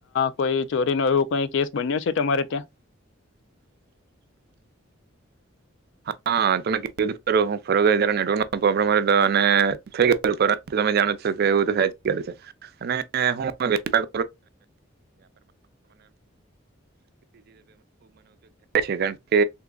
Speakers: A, on the left; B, on the right.
A: કોઈ ચોરીનો એવો કઈ કેસ બન્યો છે ટમારે ટ્યાં?
B: હા તમે કેધ કરો હ ફર જારે નેટવર્ક ન પ્રોબ્લેમ હતો અને થઈ ગ પરંતુ તમે જાણો છો કે એવું તો થાય ગય છે અને હુંું છ મયોગ થાય છે કારણ કે